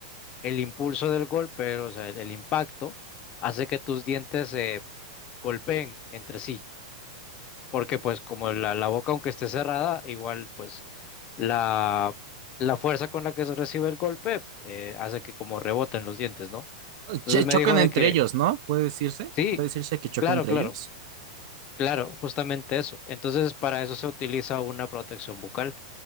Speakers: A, on the left; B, on the right.
A: el impulso del golpe, o sea, el el impacto, hace que tus dientes se golpeen entre sí, porque pues como la, la boca aunque esté cerrada, igual pues la, la fuerza con la que se recibe el golpe eh, hace que como reboten los dientes, ¿no? Entonces
B: Ch- chocan
A: me dijo
B: entre
A: de que
B: ellos, ¿no? ¿Puede decirse?
A: sí,
B: ¿Puede decirse que chocan
A: claro,
B: entre
A: claro,
B: ellos?
A: claro, justamente eso. Entonces para eso se utiliza una protección bucal.